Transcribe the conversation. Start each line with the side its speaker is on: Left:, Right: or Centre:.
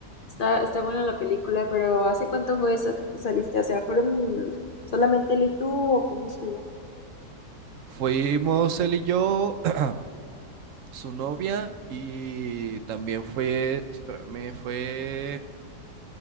Left: Está, está buena la película, pero ¿hace cuánto fue eso que tú saliste? O sea, ¿fueron solamente él y tú o cómo estuvo?
Right: Fuimos él y yo, <clears throat> su novia, y también fue, espérame, fue,